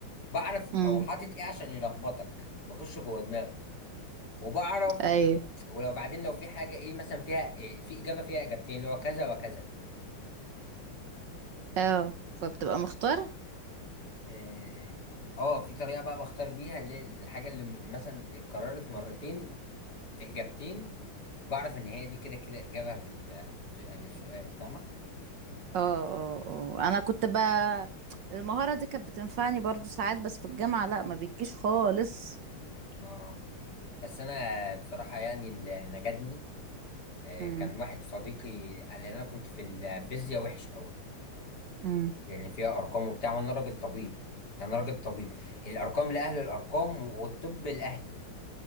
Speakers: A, on the left; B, on the right.
A: بعرف
B: امم
A: هو حاطط ايه عشان يلخبطك بخش جوه دماغه وبعرف
B: ايوه
A: ولو بعدين لو في حاجه ايه مثلا فيها إيه في اجابه فيها اجابتين اللي هو كذا وكذا
B: اه فبتبقى مختار
A: اه آه، في طريقه بقى بختار بيها اللي الحاجه اللي م- مثلا اتكررت مرتين في اجابتين بعرف ان هي دي كده كده اجابه في ال- في السؤال فاهمه
B: اه اه اه انا كنت بقى المهارة دي كانت بتنفعني برضو ساعات بس في الجامعة لا ما بتجيش خالص
A: اه بس انا بصراحه يعني اللي نجدني آه،
B: امم
A: كان واحد صديقي قال لي انا كنت في الفيزياء وحش قوي
B: امم
A: لان فيها ارقام وبتاع وانا راجل طبيب يعني انا راجل طبيب الارقام لاهل الارقام والطب لاهلي